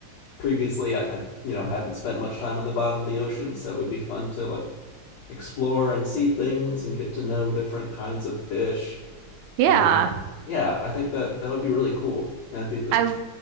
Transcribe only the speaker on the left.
previously I, I you know hadn't spent much time in the bottom of the ocean, so it would be fun to like explore and see things and get to know different kinds of fish.
And yeah, I think that that would be really cool. That'd be the-